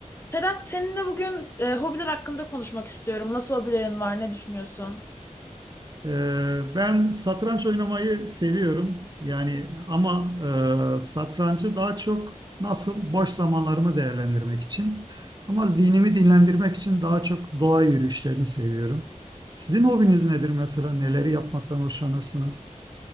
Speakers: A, on the left; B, on the right.
A: Sedat, seninle bugün e, hobiler hakkında konuşmak istiyorum. Nasıl hobilerin var? Ne düşünüyorsun?
B: Ee, Ben satranç oynamayı seviyorum. Yani ama e, satrancı daha çok nasıl boş zamanlarımı değerlendirmek için ama zihnimi dinlendirmek için daha çok doğa yürüyüşlerini seviyorum. Sizin hobiniz nedir mesela? Neleri yapmaktan hoşlanırsınız?